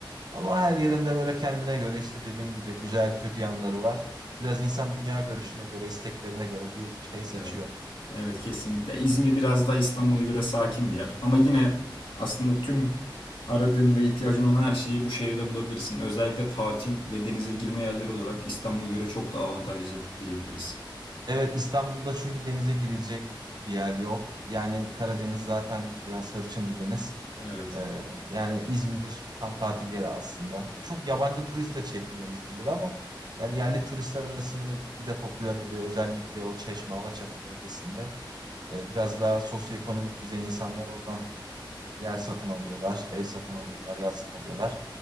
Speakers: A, on the right (about 55°); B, on the left (about 85°).
A: Ama her yerinde böyle kendine göre işte dediğim gibi güzel kötü yanları var. Biraz insan dünya görüşüne göre, isteklerine göre bir şey seçiyor.
B: Evet. Evet kesinlikle. İzmir biraz daha İstanbul'a göre sakin bir yer. Ama yine aslında tüm aradığın ve ihtiyacın olan her şeyi bu şehirde bulabilirsin. Özellikle tatil ve denize girme yerleri olarak İstanbul'a göre çok daha avantajlı diyebiliriz.
A: Evet İstanbul'da çünkü denize girecek bir yer yok. Yani Karadeniz zaten biraz hırçın bir deniz.
B: Evet.
A: Ee, yani İzmir tam tatil yeri aslında. Çok yabancı turist de çekmiyor İzmir ama yani yerli turistler arasında da gitgide popüler oluyor. Özellikle o Çeşme, Alaçatı bölgesinde. Ee, biraz daha sosyoekonomik düzey insanlar oradan Yer satın alıyorlar, ev satın alıyorlar, yazlık alıyorlar.